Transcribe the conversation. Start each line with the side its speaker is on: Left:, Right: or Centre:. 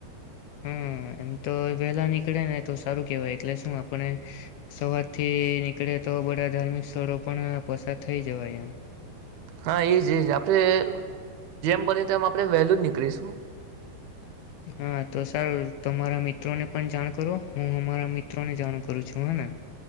Left: હમ્મ એમ તો વહેલા નીકળે ને તો સારું કેહેવાય એટલે શું આપણે સવાર થી નીકળે તો બધા ધાર્મિક સ્થળો પણ પસાર થઈ જવાય એમ
Right: હા એજ એજ આપણેે જેમ બની તેમ આપણે વેલું જ નીકળીશું
Left: હા તો સર તમારા મિત્રોને પણ જાણ કરો હું અમારા મિત્રોને જાણ કરું છું હેને